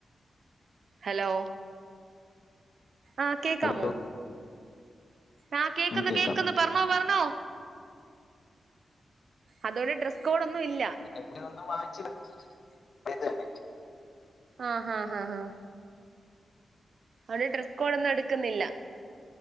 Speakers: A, on the right; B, on the left.
A: ഹലോ ആഹ കേക്കാമോ
B: അത്
A: ആ കേക്കന്ന്
B: നമുക്ക് കേക്കാം
A: കേക്കന്ന് പറഞ്ഞോ പറഞ്ഞോ അതോടെ ഡ്രസ് കോഡ്ന്നും ഇല്ല
B: എന്റെ കുടിതൊന്നും വാങ്ങിച്ചില്ല അ ഇത് തന്നെ
A: ആഹ ഹഹ ഹഹ ഹഹ അവര് ഡ്രസ് കോഡ് ഒന്നും എടുക്കുന്നില്ല